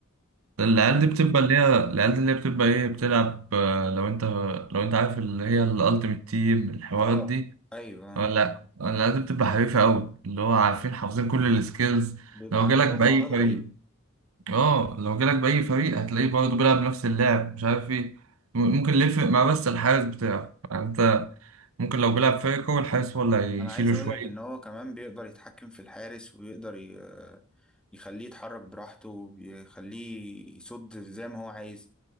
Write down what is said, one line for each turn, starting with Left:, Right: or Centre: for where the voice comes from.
Right: العيال
Centre: ف-
Right: دي بتبقى اللي هي العيال دي اللي هي بتبقى ايه بتلعب آه، لو انت لو انت عارف اللي هي الالتيميت تيم الحوارات
Centre: اه
Right: دي
Centre: ايوه
Right: آه، لا العيال دي بتبقى حريفة قوي اللي هو عارفين حافظين كل السكيلز
Centre: بيبقى
Right: لو
Centre: عندهم
Right: جالك بأي
Centre: مهارات غريبة
Right: فريق اه لو جالك بأي فريق هتلاقيه برضه بيلعب نفس اللعب مش عارف ايه م- ممكن اللي يفرق مع بس الحارس بتاعه يعني انت ممكن لو بيلعب فريق هو الحارس هو اللي هيشيله
Centre: انا عايز اقول
Right: شوية
Centre: لك ان هو كمان بيقدر يتحكم في الحارس ويقدر ي- يخليه يتحرك براحته ويخليه يصد زي ما هو عايز